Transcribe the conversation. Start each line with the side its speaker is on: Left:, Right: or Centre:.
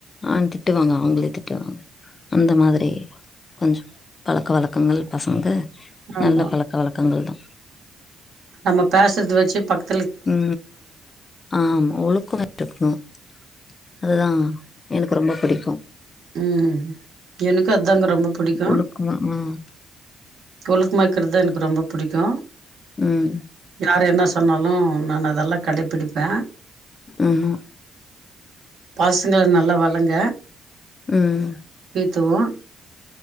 Left: ஆ திட்டுவாங்க அவுங்களுக்கே ட்டு வாங்க அந்த மாதிரி கொஞ்சோ பழக்க வழக்கங்கள் பசங்க
Right: ஆமா
Left: நல்ல பழக்க வலக் கங்கள் தா
Right: நம்ம பேசுறது வச்சு பக்
Left: உ ஆமா ஒழுக்கமாட்டு உ அதுதா எனக்கு ரொம்ப பிடிக்கு
Right: உ எனுக்கு அத்தாங்க ரொம்ப புடிக்கு
Left: ஒழுக்கமா ம்
Right: ஒழுக்குமாக்கிறதுதா எனக்கு ரொம்ப புடிக்கு
Left: ம்
Right: யார் என்ன சொன்னாலு நானு அதெல்லா கடைபிடிப்பேன்
Left: ஆமா
Right: பசங்களை நல்லா வளங்க
Left: ம்
Right: துவோம்